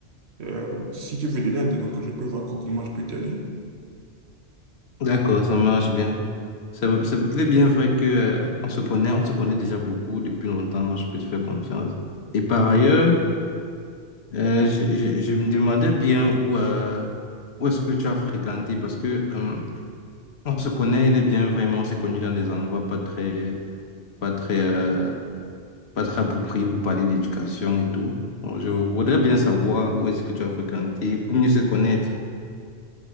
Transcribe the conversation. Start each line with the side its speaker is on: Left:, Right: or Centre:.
Right: euh, si tu veux de l'aide. Donc, je peux voir comment je peux t'aider.
Left: D'accord, ça marche bien. Ça- ça- il est bien vrai que, euh, on se connaît, on se connaît déjà beaucoup depuis longtemps, donc je peux te faire confiance. Et par ailleurs, euh, je, je- je me demandais bien où, euh, où est-ce que tu as fréquenté, parce que euh, On se connaît, il est bien vraiment, on s'est connu dans des endroits pas très, pas très, euh, pas très appropriés pour parler d'éducation et tout. Donc, je voudrais bien savoir où est-ce que tu as fréquenté pour mieux se connaître.